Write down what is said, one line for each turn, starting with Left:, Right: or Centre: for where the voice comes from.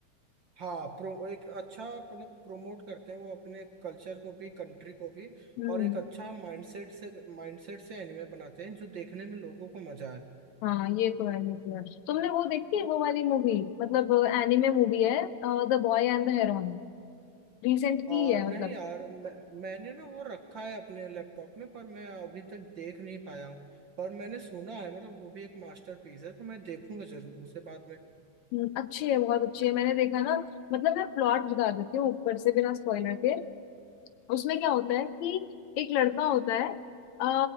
Right: हाँ प्रो एक अच्छा मतलब प्रोमोट करते हैं वो अपने कल्चर को भी कंट्री को भी
Left: हम्म
Right: और एक अच्छा माइंडसेट से माइंडसेट से एनिमे बनाते हैं जो देखने में लोगों को मजा आए
Left: हाँ ये तो है ये तो है तुमने वो देखी है वो वाली मूवी मतलब एनिमे मूवी है The Boy and the Heron Recent की
Right: और
Left: है
Right: नहीं
Left: मतलब
Right: यार मैं, मैंने ना वो रखा है अपने लैपटॉप में पर मैं अभी तक देख नहीं पाया हूँ पर मैंने सुना है मतलब वो भी एक मास्टरपीस है तो मैं देखूंगा जरूर उसे बाद में
Left: हम्म, अच्छी है बहुत अच्छी है मैंने देखा ना मतलब मैं प्लॉट बता देती हूँ ऊपर से बिना स्पॉइलर के उसमें क्या होता है कि एक लड़का होता है अ,